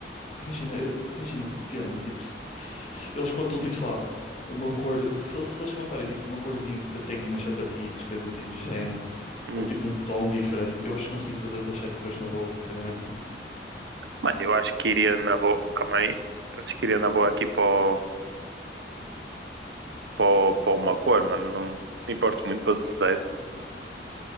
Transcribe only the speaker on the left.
imagina, eu- imagina, depende. Tipo, se, se eles contam, tipo, sei lá, uma cor. Se, eles- se eles contarem, tipo, uma corzinha que te- tem umas sapatilhas, coisas assim do género,
ou tipo um tom diferente, eu acho que consigo fazer outras sete cores na boa, sinceramente, mano.